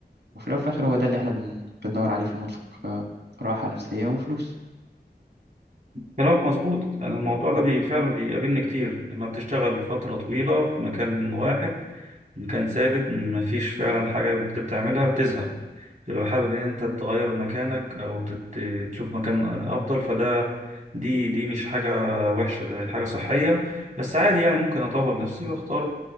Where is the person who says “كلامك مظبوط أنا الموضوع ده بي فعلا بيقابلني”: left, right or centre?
Right